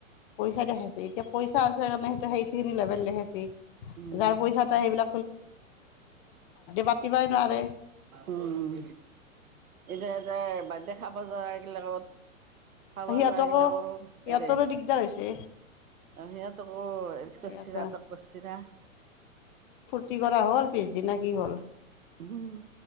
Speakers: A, on the left (about 40°); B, on the right (about 85°).
A: পইচা দেখাইছে, এতিয়া পইচা আছে কাৰণে সেইত সেইখিনি লেভেল দেখাইছে,
B: উম,
A: যাৰ পইচা এটা সেইবিলাক পাতিবই নোৱাৰে
B: উম। এতিয়া এতে বাৰ্থডে খাব যায় এইগিলাকত। খাবা
A: সিহঁতকো
B: যা এইগিলাকৰো
A: সিহঁতৰো
B: এৰেষ্ট
A: দিগদাৰ হৈছে
B: সিহঁতক অ এচ
A: সিহঁত
B: কৰিছৰা তপচিৰা।
A: ফুৰ্তি কৰা হ'ল পিছদিনা কি হ'ল?
B: উহুম